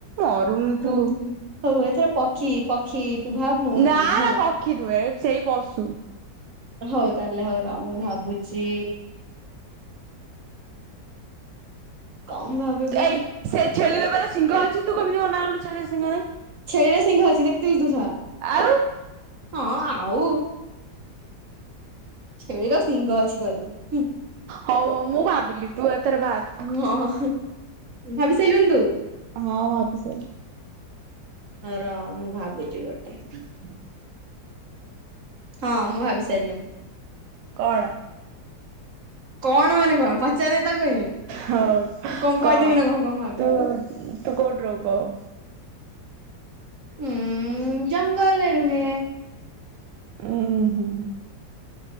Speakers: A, on the right; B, on the right.
A: ମରୁନୁ
B: ହଉ
A: ତୁ।
B: ହଉ ଏଥର ପକ୍ଷୀ ପକ୍ଷୀ ତୁ ଭାବ ମୁଁ ଭାବିବି
A: ନା
B: ହେଲା
A: ନା ପକ୍ଷୀ ନୁହେଁ ସେଇ ପଶୁ
B: ହଉ ତାହେଲେ ହଉ ର ଆଉ ମୁଁ ଭାବୁଛି କମ ଭା
A: ଏଇ ସେ ଛେଳିର ପା ସିଂଘ ଅଛି ତୁ କେମିତି ମନା କଲୁ ଛେଳିର ସିଂଘ ନାଇଁ।
B: ଛେଳିର ସିଂଘ ଅଛି ଦେଖିଥିଲି ତୁ ସଳା
A: ଆଉ
B: ହଁ ଆଉ ଛେଳିର ସିଂଘ ଅଛି କହିଦେଲା ହୁଁ।
A: ହଉ ହଉ ମୁଁ ଭାବିଲି ତୁ ଏଥର ଭାବେ
B: ହଁ ଭାବି ସାରିଲୁଣି ତୁ?
A: ହଁ ଭାବୀ ସାରିଲିଣୀ।
B: ର ମୁଁ ଭାବିଛି ଗୋଟେ।
A: <inaudible>
B: ହଁ ମୁଁ ଭାବି ସାରିଲିଣି।
A: କଣ?
B: କଣ ମାନେ କଣ ପଚାରିଲେ ତ କହିବି
A: ହଉ
B: କଣ
A: କହ।
B: କହିଦେବି ନା କଣ କଣ ଭାବିଲି।
A: ତୁ ତୁ କୋଉଠି ରହୁ କହ?
B: ହୁଁ ଜଙ୍ଗଲରେ ରୁହେ।
A: ଉଁ ହୁଁ।